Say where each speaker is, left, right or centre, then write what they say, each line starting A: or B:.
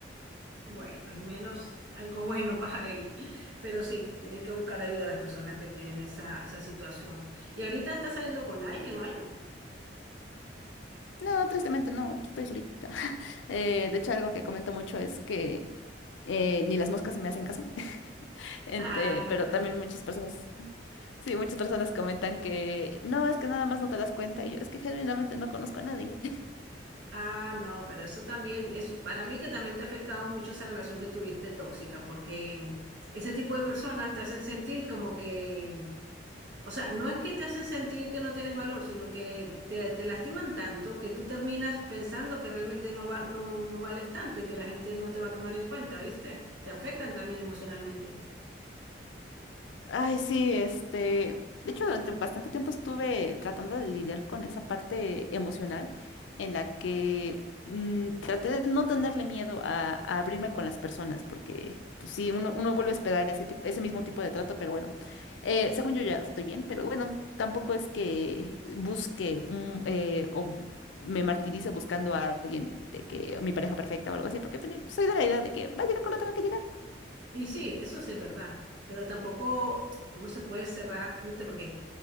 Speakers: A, on the right (about 70°); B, on the left (about 80°).
A: Bueno, al menos algo bueno <laughs> para él. Pero sí, tienen que buscar ayuda a las personas que tienen esa, esa situación. ¿Y ahorita está saliendo con alguien o algo?
B: No, tristemente no, estoy solita. <laughs> Eh, de hecho, algo que comento mucho es que eh, ni las moscas me hacen caso, <laughs> Ente-
A: Ah,
B: pero también muchas personas, sí, muchas personas comentan que no, es que nada más no te das cuenta y yo es que genuinamente no conozco a nadie.
A: <laughs> ah, no, pero eso también, eso, para mí que también te ha afectado mucho esa relación que tuviste tóxica, porque ese tipo de personas te hacen sentir como que O sea, no es que te hacen sentir que no tienes valor, sino que te, te lastiman tanto que tú terminas pensando que realmente no, va, no, no vales tanto y que la gente no te va a tomar en cuenta, ¿viste? Te afectan también emocionalmente.
B: Ay, sí, este, de hecho durante bastante tiempo estuve tratando de lidiar con esa parte emocional en la que mm, traté de no tenerle miedo a, a abrirme con las personas, porque pues, sí, uno, uno vuelve a esperar ese tipo, ese mismo tipo de trato, pero bueno, eh, según yo ya estoy bien, pero bueno, tampoco es que busque mm, eh, o me martirice buscando a alguien de que mi pareja perfecta o algo así, porque pues, soy de la idea de que va a llegar cuando tenga que llegar.
A: Y sí, eso sí es verdad, pero tampoco uno se puede cerrar, ¿viste? Porque